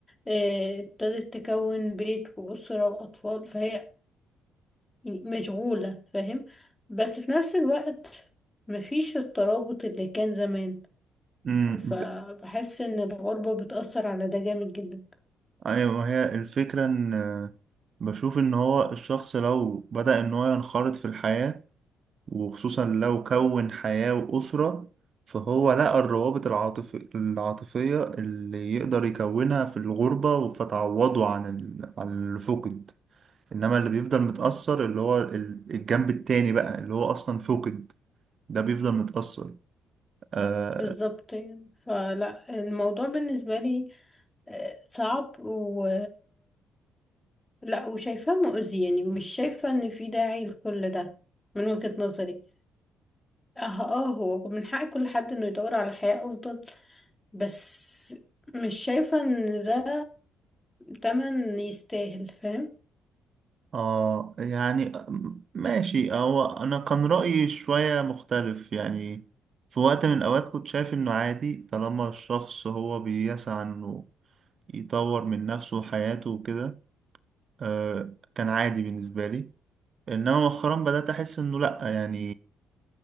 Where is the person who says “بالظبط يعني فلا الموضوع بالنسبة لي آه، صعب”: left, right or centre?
Left